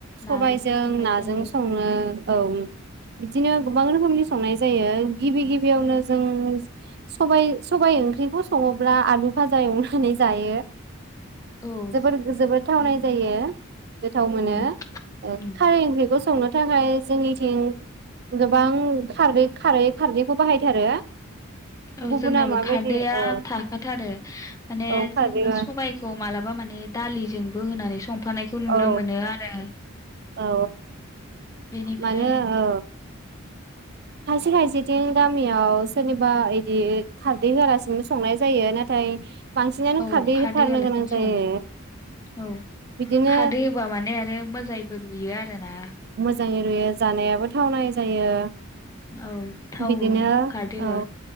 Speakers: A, on the right (about 50°); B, on the left (about 15°).
A: सबाइजों
B: नाजोंबो संनाय
A: नाजों
B: जायो।
A: सङो औ बिदिनो गोबां रोखोमनि संनाय जायो गिबि गिबि बियावनो जों सबाय सबाइ ओंख्रिखौ सङोब्ला आलु भाजा एवनानै जायो।
B: औ
A: जोबोर-जोबोद
B: स्पे-
A: थावनाय
B: औ उम
A: जायो गोथाव मोनो
B: उम
A: ओ
B: उम
A: खारै ओंख्रिखौ संनो थाखाय जोंनिथिं गोबां खारै-खारै-खारदै बाहायथारो
B: औ
A: गुबुना
B: जोंनाबो
A: माबायदि
B: खारदैया
A: औ
B: थाखाथारो माने
A: औ खारदै
B: जोंना
A: औ
B: सबायखौ मालाबा माने दालिजों बो होनानै सं फानायखौ नुनो
A: औ
B: मोनो आरो
A: औ
B: बेनिफ्राय
A: मानो औ खायसे खायसेथिं गामियाव सोरनिबा इदि खारदै होआलासिनोबो संनाय जायो नाथाय बांसिनानो
B: औ खारदै
A: होथारनो
B: होआलासिनोबो
A: गोनां जायो
B: सङो औ
A: बिदिनो
B: खारदै होबा माने आरो मोजाय <unintelligible> ना
A: जायो रुयो जानायाबो थावनाय जायो।
B: औ थाव
A: बिदिनो
B: खारदै
A: औ